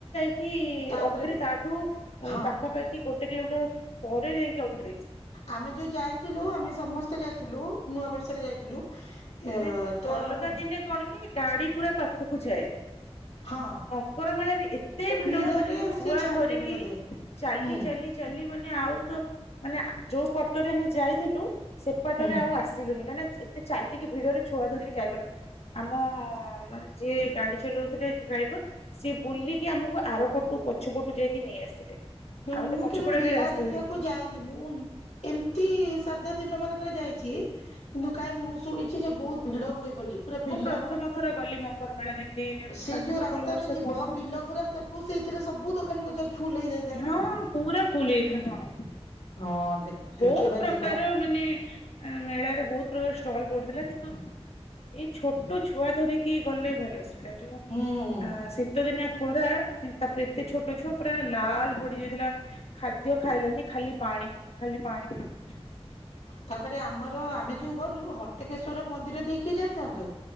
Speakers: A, on the left; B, on the left.
A: କି
B: ତାପରେ
A: ଅଟ୍ରି
B: ବା
A: ତାଠୁ ଉଁ
B: ହଁ
A: ପାଖାପାଖି ଗୋଟେ କିଲୋମିଟର ପରେ ଯାଇଁକି ଅଟ୍ରି।
B: ଆମେ ଯୋଉ ଯାଇଥିଲୁ ଆମେ ସମସ୍ତେ ଯାଇଥିଲୁ ନୂଆ ବର୍ଷରେ ଯାଇଥିଲୁ ଏ
A: ସେ
B: ତ
A: ଅଲଗା
B: ଆଉ
A: ଦିନେ କଣ କି ଗାଡି ପୁରା ପାଖକୁ ଯାଏ।
B: ହଁ
A: ମକର ମେଳାରେ ଏତେ
B: ସେ
A: ଭିଡ
B: ଭିଡରେ
A: ମାନେ ମୁଁ
B: ଆଉ
A: ଛୁଆ
B: ସେ ଛାଡିବେନି
A: ଧରିକି
B: ବୋଧେ
A: ଚାଲି
B: ହୁଁ
A: ଚାଲି ଚାଲି ମାନେ ଆଉ ତ ମାନେ ଆ ଯୋଉ ପଟରେ ଆମେ ଯାଇଥିଲୁ ସେପଟରେ
B: ହୁଁ।
A: ଆଉ ଆସିଲୁନି କାହିଁକିନା ଯ୍ ଏତେ ଚାଲିକି ଭିଡରେ ଛୁଆ ଧରିକି ଯାଇପାରଲୁନି। ଆମ ମାନେ ଯିଏ ଗାଡି ଚଲୋଉଥୁଲେ ଡ୍ରାଇଭର ସିଏ ବୁଲିକି ଆମକୁ ଆରପଟୁ ପଛପଟୁ ଯାଇକି ନେଇ ଆସିଲେ।
B: ନାଇଁ
A: ଆଉ ଗୋଟେ
B: ମୁଁ
A: ପଛପଟେ
B: କେବେ ମେଳା
A: ବି ରାସ୍ତା
B: ଦେଖିବାକୁ
A: ଥିଲା
B: ଯାଇ ନି ମୁଁ ଏମତି ସାଧା ଦିନ ମାନଙ୍କରେ ଯାଇଚି କିନ୍ତୁ କାଇଁ
A: ହଁ
B: ମୁଁ ଶୁଣି ଚି ଯେ ବୋହୁତ ଭିଡ ହୁଏ ବୋଲି। ପୁରା ବିଲ
A: ମୁଁ ପ୍ରଥମ ଥର ଗଲି ମକର ମେଳା ଦେଖି
B: ସେଇ
A: ଶାଶୁ
B: ଯୋଉ
A: ସବଳ
B: ରାସ୍ତାରେ
A: ବର୍ଷ
B: ଯିବ
A: କୁହନ୍ତି
B: ବିଲଗୁରା ସେ ଓ ସେଇଥିରେ ସବୁ ଦୋକାନ ବଜାର ଫୁଲ ହେଇ
A: ହଁ ପୁରା ଫୁଲ ହେଇଯାଇଥିଲା ହଁ।
B: ହଁ ଦେବ୍
A: ବହୁତ
B: ଦେଖିବା
A: ପ୍ରକାର
B: ଯିବା।
A: ମାନେ ଏ ମେଳାରେ ବୋହୁତ ପ୍ରକାର ଷ୍ଟଲ ପଡିଥିଲା କିନ୍ତୁ ଏଇ ଛୋଟ ଛୁଆ ଧରିକି ଗଲେ ଭାରି ଅସୁବିଧା ଯୋଉ
B: ହୁଁ
A: ଆଁ ଶୀତ ଦିନିଆ ଖରା ସେ ତାପରେ ଏତେ ଛୋଟ ଛୁଆ ପୁରା ଲାଲ ପଡିଯାଇଥିଲା ଖାଦ୍ୟ ଖାଇଲାନି ଖାଲି ପାଣି ପିବ। ଖାଲି ପାଣି ପିଉ ଛୁ
B: ତାପରେ ଆମର ଆମେ ଯୋଉ ଗଲୁ ହଟକେଶ୍ଵର ମନ୍ଦିର ଦେଇକି ଯାଇଥାନ୍ତୁ।